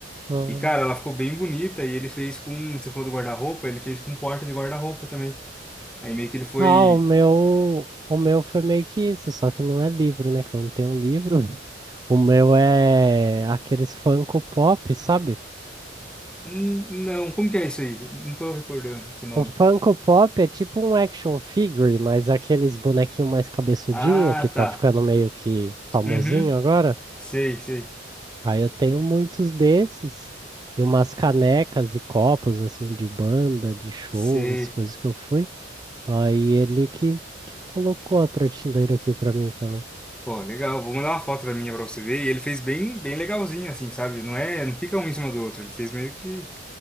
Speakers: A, on the right; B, in the centre.
A: Hum.
B: E, cara, ela ficou bem bonita e ele fez com. Você falou do guarda-roupa, ele fez com porta de guarda-roupa também. Aí meio que ele foi.
A: Ah, o meu, o meu foi meio que isso, só que não é livro, né? Que eu não tenho um livro. O meu é aqueles Funko Pop, sabe?
B: "Hum, Não, como que é isso aí? Não tô recordando esse nome.
A: O Funko Pop é tipo um action figure, mas é aqueles bonequinho mais cabeçudinho
B: Ah,
A: que tá
B: tá.
A: ficando meio que famosinho
B: Uhum.
A: agora.
B: Sei, sei,
A: Aí eu tenho muitos desses e umas canecas e copos assim de banda, de show,
B: sei.
A: as coisas que eu fui. Aí ele que, que colocou a prateleira aqui pra mim também.
B: Pô, legal. Vou mandar uma foto da minha pra você ver. E ele fez bem, bem legalzinho, assim, sabe? Não é, não fica um em cima do outro. Ele fez meio que